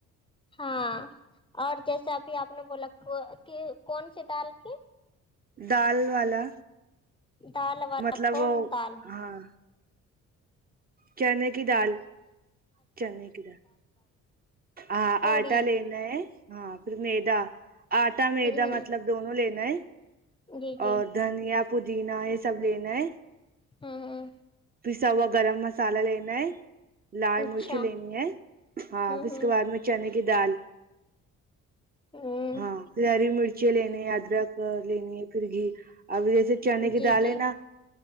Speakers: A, on the left (about 15°); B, on the right (about 30°).
A: ہاں اور جیسے ابھی آپ نے بولا کے کونسی دال کی
B: دال والا
A: دال والا
B: مطلب
A: کون
B: وہ
A: دال
B: ہاں چنے کی دال چنے کی دال ہاں
A: پوری
B: آٹا لینا ہے ہاں پھر میدا آٹا میدا
A: ہوں ہوں
B: مطلب دونوں لینا ہے
A: جی جی
B: اور دھنیا پودینہ یہ سب لینا ہے
A: ھم ھم
B: پیساہوا گرم مسالا لینا ہے لال
A: اچھا
B: مرچی لینی ہے ہاں
A: ہوں
B: پھر اس
A: ہوں
B: کے بعد میں چنے کی دال
A: ہ
B: ہاں پھر ہری مرچی لنے ہے ادرک لنے پھر گھی اب جیسے چنے کی
A: جی
B: دال
A: جی
B: ہے نا